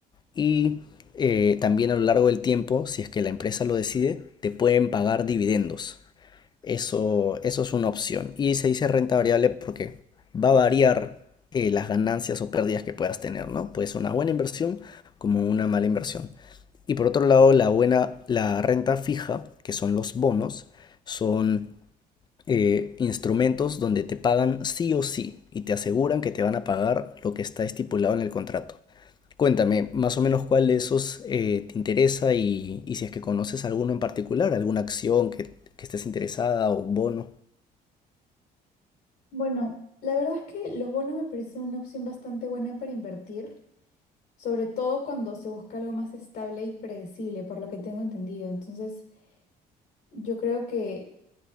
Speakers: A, on the left (about 25°); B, on the left (about 75°).
A: Y eh, también a lo largo del tiempo, si es que la empresa lo decide, te pueden pagar dividendos. Eso, eso es una opción. Y se dice renta variable porque va a variar eh, las ganancias o pérdidas que puedas tener, ¿no? Puede ser una buena inversión como una mala inversión. Y por otro lado, la buena, la renta fija, que son los bonos, son eh, instrumentos donde te pagan sí o sí y te aseguran que te van a pagar lo que está estipulado en el contrato. Cuéntame, más o menos cuál de esos eh, te interesa y, y si es que conoces alguno en particular, alguna acción que, que estés interesada o bono.
B: Bueno, la verdad es que los bonos me parecen una opción bastante buena para invertir. Sobre todo cuando se busca algo más estable y predecible, por lo que tengo entendido. Entonces, yo creo que